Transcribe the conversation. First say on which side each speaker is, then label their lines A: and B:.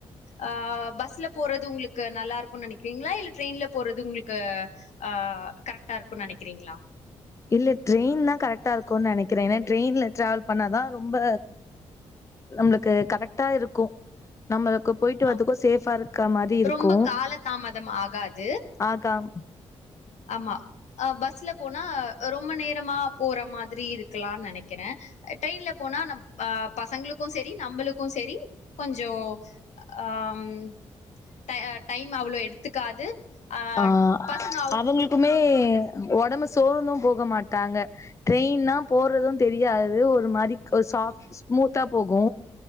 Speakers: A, on the left (about 70°); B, on the left (about 25°).
A: ஆஹ் பஸ்ல போறது உங்களு க்கு நல்லா இருக்கு நினைக்கிறீங்களா இல்ல ட்ரெயின்ல போறது உங்களுக்கு ஆஹ் கரெக்டா இருக்குன்னு நினைக்கிறீங்களா
B: இல்ல ட்ரெயின்தான் கரெக்டா இருக்கும் நினைக்கிறேன் ஏன்னா ட்ரெயின்ல டிராவல் பண்ணாதான் ரொம்ப நம்மளுக்கு கரெக்டா இருக்கும் நம்மளு போயிட்டு வருவதற்கு
A: ஆ
B: சேப்பா இருக்க மாதிரி இருக்கும்
A: ரொம்ப கால தாமதம் ஆகாது
B: ஆகாம்
A: ஆமா பஸ்ல போனா ரொம் ரொம்ப நேரமா போற மாரி இருக்கலானு நெனைக்கிறே ட்ரெயின்ல போனா நம் பா பசங்களுக்கு செரி நம்மளுக்கு செ செரி கொஞ்சோ ஆம் டை டைம் அவ்ளோ எடுத்துக்காது ஆது
B: ஆ
A: பசங்
B: அவங்களுக்குமே ஒடம் ம்பு சோர்ந்து போக மாட்டாங்க ட்ரெயின்னா போறது தெரியாது ஒரு மாரி க் ஒரு சாஃப்ட் ஸ்மூத்தா போகு